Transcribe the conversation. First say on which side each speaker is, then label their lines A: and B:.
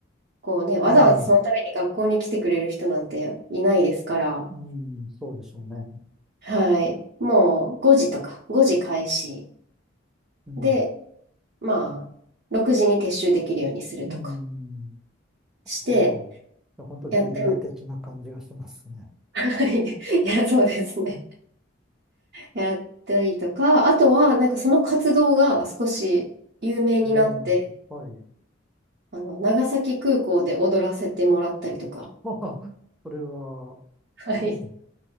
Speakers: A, on the right; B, in the centre.
A: こうね、わざわざそのために学校に来てくれる人なんていないですから、
B: うん、うん、そうでしょうね。
A: はい。もう5時とか、5時開始
B: うん
A: で、まあ、6時に撤収できるようにするとか
B: うーん。
A: して、
B: はあ。いや本当ゲリラ的な感じがしますね。
A: やっても、<laughs> はい。<laughs> いや、そうですね。やったりとか、あとは、なんかその活動が少し有名になって、
B: ええ、はい。
A: あの、長崎空港で踊らせてもらったりとか。
B: はあ、それは、
A: はい。
B: うん、